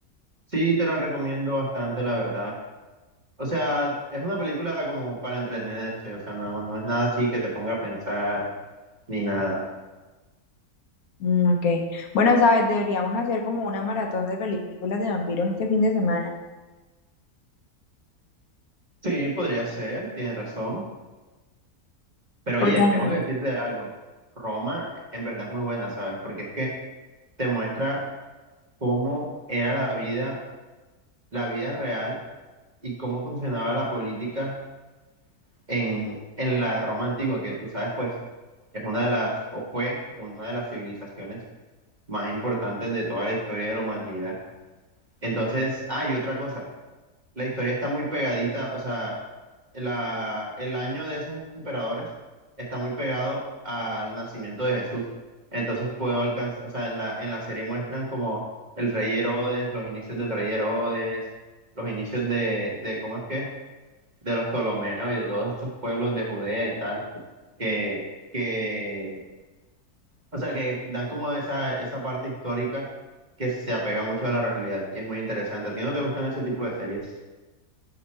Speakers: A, on the right; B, on the left.
A: Sí, te la recomiendo bastante, la verdad. O sea, es una película como para entretenerse, o sea, no, no es nada así que te ponga a pensar ni nada.
B: Mm, ok. Bueno, sabes, deberíamos hacer como una maratón de películas de vampiros este fin de semana.
A: Sí, podría ser, tienes razón. Pero
B: Porque,
A: oye,
B: ajá,
A: tengo que decirte algo. Roma en verdad es muy buena, ¿sabes? Porque es que te muestra cómo era la vida la vida real y cómo funcionaba la política en, en la Roma antigua, que tú sabes, pues es una de las, o fue una de las civilizaciones más importantes de toda la historia de la humanidad. Entonces, hay otra cosa, la historia está muy pegadita, o sea, la- el año de esos emperadores está muy pegado al nacimiento de Jesús. Entonces puedo alcanzar, o sea, en la, en la serie muestran como el rey Herodes, los inicios del rey Herodes, los inicios de, de ¿cómo es que? De los Ptolomeos y de todos esos pueblos de Judea y tal, que, que, o sea, que dan como esa, esa parte histórica que se apega mucho a la realidad y es muy interesante. ¿A ti no te gustan ese tipo de series?